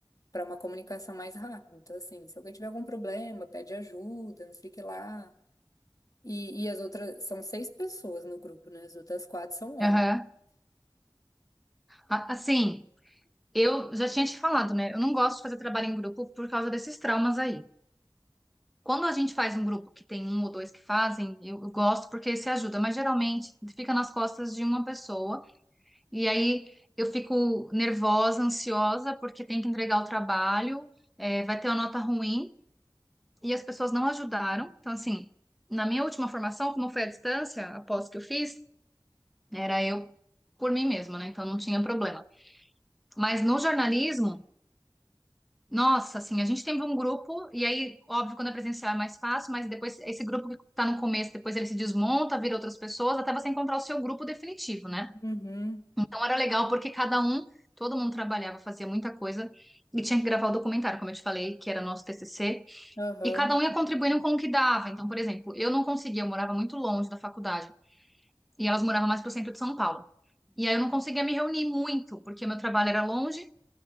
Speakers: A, on the left (about 45°); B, in the centre.
A: para uma comunicação mais rápida. Então, assim, se alguém tiver algum problema, pede ajuda, não sei o que lá. E, e as outras, são seis pessoas no grupo, né? As outras quatro são homens.
B: Aham. A- Assim, eu já tinha te falado, né? Eu não gosto de fazer trabalho em grupo por causa desses traumas aí. Quando a gente faz um grupo que tem um ou dois que fazem, eu eu gosto porque se ajuda, mas geralmente fica nas costas de uma pessoa. E aí eu fico nervosa, ansiosa, porque tem que entregar o trabalho, é, vai ter uma nota ruim, e as pessoas não ajudaram. Então, assim, na minha última formação, como foi à distância, após que eu fiz, era eu por mim mesma, né? Então não tinha problema. Mas no jornalismo, nossa, assim, a gente tem um grupo, e aí, óbvio, quando é presencial é mais fácil, mas depois esse grupo que tá no começo, depois ele se desmonta, vira outras pessoas, até você encontrar o seu grupo definitivo, né?
A: Uhum,
B: Então era legal porque cada um, todo mundo trabalhava, fazia muita coisa e tinha que gravar o documentário, como eu te falei, que era nosso TCC,
A: aham.
B: e cada um ia contribuindo com o que dava. Então, por exemplo, eu não conseguia, eu morava muito longe da faculdade e elas moravam mais pro centro de São Paulo. E aí eu não conseguia me reunir muito, porque meu trabalho era longe,